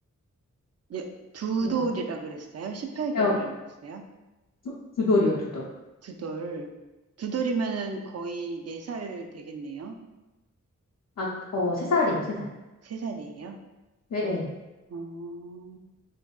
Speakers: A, on the right (about 50°); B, on the left (about 75°).
A: 예, 두
B: 그냥
A: 돌이라 그랬어요? 18개월이라
B: 어,
A: 그랬어요?
B: 두, 두 돌이요, 두 돌.
A: 두 돌. 두 돌이면은 거의 네 살 되겠네요?
B: 아, 어, 세 살이에요, 세 살.
A: 세살이에요
B: 예, 예.
A: 어,